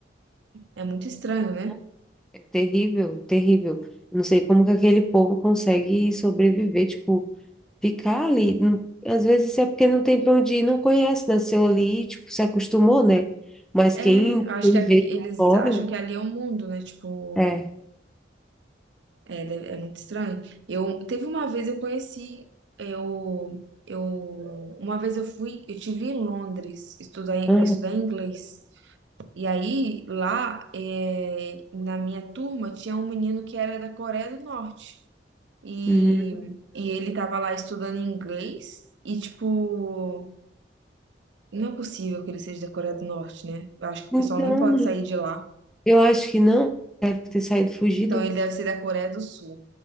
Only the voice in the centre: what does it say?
não, é terrível, terrível. Eu Não sei como que aquele povo consegue sobreviver, tipo, Ficar ali, não- às vezes é porque não tem para onde ir, não conhece, nasceu ali, tipo, se acostumou, né? Mas
quem,
quem
vê de
fora,
é.
aham.
Hum.
Então,
né?
Eu acho que não deve ter saído fugido.